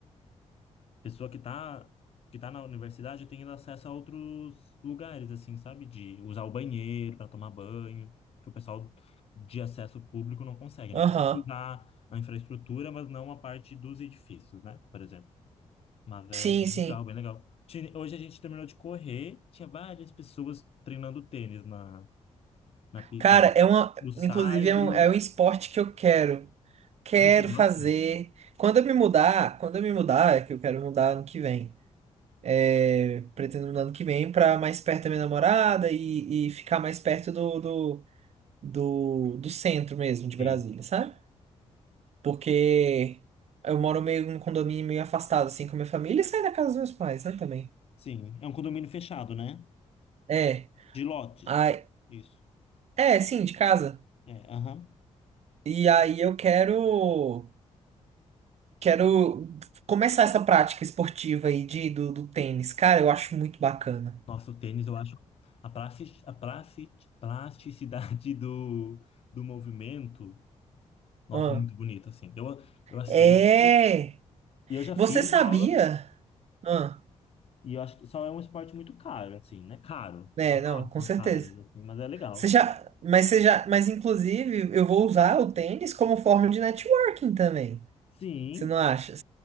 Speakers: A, on the left; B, on the right.
A: pessoa que tá, que tá na universidade, eu tenho acesso a outros lugares, assim, sabe? De usar o banheiro para tomar banho, que o pessoal de acesso público não consegue, né?
B: Aham.
A: para usar a infraestrutura, mas não a parte dos edifícios, né? Por exemplo. Mas é
B: Sim,
A: bem
B: sim.
A: legal, bem legal. Ti- Hoje a gente terminou de correr, tinha várias pessoas treinando tênis na, na, pi-
B: Cara,
A: na-
B: é uma.
A: no Saibro.
B: Inclusive, é um, é um esporte que eu quero. Quero
A: Ai, você gosta?
B: fazer. Quando eu me mudar, quando eu me mudar, é que eu quero mudar ano que vem. É, pretendo mudar ano que vem pra mais perto da minha namorada e, e ficar mais perto do, do, do, do centro mesmo de
A: Sim.
B: Brasília, sabe? Porque eu moro meio num condomínio meio afastado, assim, com a minha família e saio da casa dos meus pais, né, também.
A: Sim, é um condomínio fechado, né?
B: É.
A: De lotes.
B: Ai,
A: Isso.
B: é, sim, de casa.
A: É, aham.
B: E aí eu quero. Quero começar essa prática esportiva aí de, do, do tênis. Cara, eu acho muito bacana.
A: Nossa, o tênis, eu acho a plastic, a plastic, plasticidade <laughs> do, do movimento, nossa,
B: Ah.
A: muito bonito, assim. Eu, eu assisto
B: É!
A: e eu já fiz
B: Você sabia?
A: aula
B: Ah,
A: e eu acho que só é um esporte muito caro, assim, né? Caro.
B: é,
A: As
B: não,
A: aulas
B: com
A: são
B: certeza.
A: caras, assim, mas é legal.
B: Você já, mas você já, mas inclusive eu vou usar o tênis como forma de networking também.
A: Sim,
B: Você não acha?